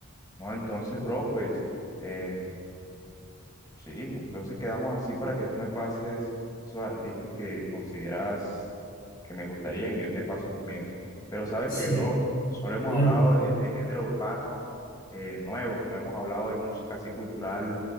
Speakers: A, on the left; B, on the left.
A: No, entonces, bro, pues, eh, sí, entonces quedamos así para que tú me pases esos artistas que consideras que me gustarían y yo te paso los míos. Pero sabes
B: Sí,
A: que, bro, solo hemos
B: bien
A: hablado
B: urbano.
A: de, de género urbano eh, nuevo, no hemos hablado de música así cultural